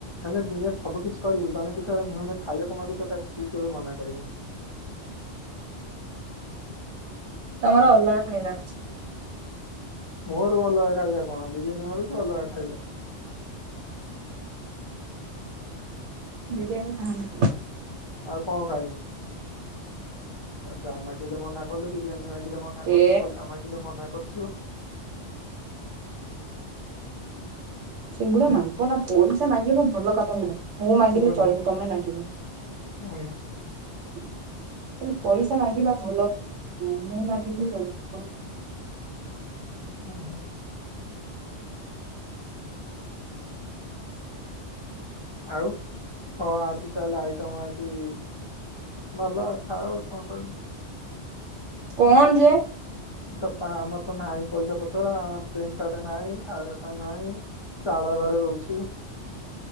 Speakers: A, on the left; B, on the right.
A: ମନେ ଦୁନିଆରେ ସବୁ କିଛି କରିବୁ ଜଣେ ଖାଇବାକୁ ମାଗୁଛ ତାକୁ ତୁ କେବେ ମନାକରିବୁନି।
B: ତମର ଅଲଗା <unintelligible>
A: ମୋର ଭଲ ଖାଇବା କଣ ବିରିୟାନୀ ଭାବୁଛି ଅଲଗା ଖାଇ ଯା
B: ବିରିୟାନୀ ଖାନି।
A: ଆଉ କଣ ଖାଇବି। <inaudible> ଯା ମାଗିଲେ ମନା କଲୁ ବିରିୟାନୀ ମାଗିଲେ ମନା କରୁଚୁ
B: ଏ
A: ପଇସା ମାଗିଲେ ମନା କରୁଚୁ। ଯୁ,
B: ଚିଙ୍ଗୁଡ଼ା ନା ମାଂସ? ପଇସା ମାଗିବ ଭଲ କାମ ନୁହେଁ। ମୁଁ ମାଗିଲି
A: ଶୁଭୁନି
B: ଚଳିବ ତମେ ମାଗିବନି।
A: ହୁଁ
B: ହେଲେ ପଇସା ମାଗିବା ଭଲନୁହଁ ମୁଁ ମାଗିଥିଲି ଚଳିବ
A: ଓ ହୋ, ଆଉ କଣ ଆଜି ତାହେଲେ ଆଇଟମ ଆଜି, ଭଲ ଖାଅ କଣ କହିବି,
B: କଣ ଯେ,
A: ତ ଆମର ତ ନାହିଁ ପଇସା ପତର ଆମ ପେଣ୍ଟ ସାର୍ଟ ନାହିଁ ଖାଇବା ପାଇଁ ନାହିଁ ଚାଳ ଘରେ ରହୁଛି